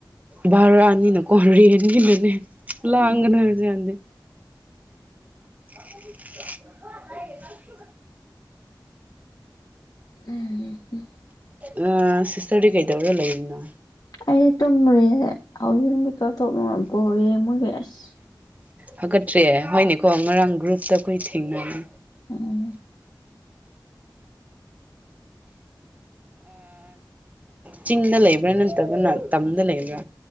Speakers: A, on the right; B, on the left.
A: ꯚꯥꯔꯥ ꯅꯤꯅꯀꯣ ꯔꯦꯟꯅꯤꯅꯅꯦ ꯂꯥꯡꯉꯥꯅ
B: ꯎꯝ
A: ꯃꯌꯥꯝꯖꯦ ꯑ <unintelligible>
B: ꯎꯝ ꯍꯨꯝ
A: ꯎꯡ ꯁꯤꯁꯇ꯭ꯔꯗꯤ ꯀꯩꯗꯧꯔꯥ ꯂꯩꯔꯤꯅꯣ
B: ꯑꯩꯗꯤ ꯇꯨꯝꯃꯨꯔꯦ ꯍꯧꯖꯤꯛ ꯃꯤꯀꯞ ꯊꯣꯛꯂꯛ ꯕꯣꯜ ꯌꯦꯡꯕꯒꯤ ꯑꯁ
A: ꯐꯥꯒꯠꯇ꯭ꯔꯦ ꯍꯣꯏꯅꯦꯀꯣ ꯉꯔꯥꯡꯀꯣ ꯒ꯭ꯔꯨꯞꯇ ꯑꯩꯈꯣꯏ ꯊꯦꯡꯅꯅꯤ
B: ꯎ
A: ꯆꯤꯡꯗ ꯂꯩꯕ꯭ꯔꯥ ꯅꯠꯇ꯭ꯔꯒꯅ ꯇꯝꯗ ꯂꯩꯕ꯭ꯔꯥ